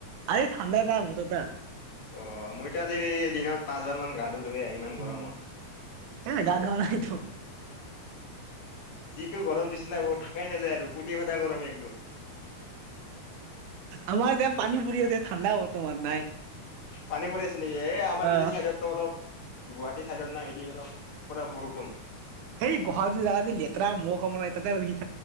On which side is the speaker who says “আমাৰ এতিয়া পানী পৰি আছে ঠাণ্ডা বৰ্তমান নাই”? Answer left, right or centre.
Right